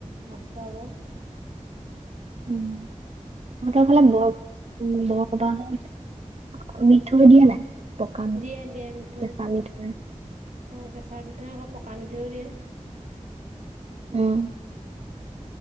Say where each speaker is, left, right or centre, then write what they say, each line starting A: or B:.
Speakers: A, on the right; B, on the right.
A: ভাত খোৱাব।
B: উম, তহঁতৰ ফালে বৰ বৰসভাহত যে মিঠৈ দিয়ে নাই পকা মিঠৈ,
A: দিয়ে দিয়ে মিঠৈ
B: কেঁচা মিঠৈ?
A: অ কেঁচা মিঠৈ আকৌ পকা মিঠৈও দিয়ে।
B: উম।